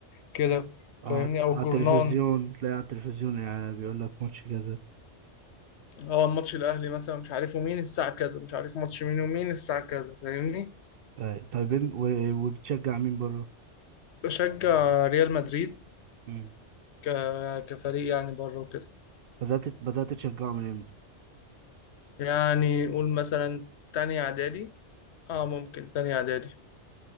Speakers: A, on the left (about 70°); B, on the right (about 60°).
A: كده
B: آه،
A: فاهمني
B: على
A: او
B: على
A: الجورنان
B: التلفزيون تلاقي على التلفزيون يعني بيقول لك ماتش كذا
A: اه ماتش الاهلي مثلا مش عارفه مين الساعه كذا مش عارف ماتش مين ومين الساعه كذا فاهمني
B: آه. طيب إن- و- وبتشجع مين بره
A: بشجع ريال مدريد
B: أمم.
A: ك... كفريق يعني بره وكده
B: بدأت بدأت تشجعه من امتى
A: يعني قول مثلا تاني اعدادي اه ممكن تاني اعدادي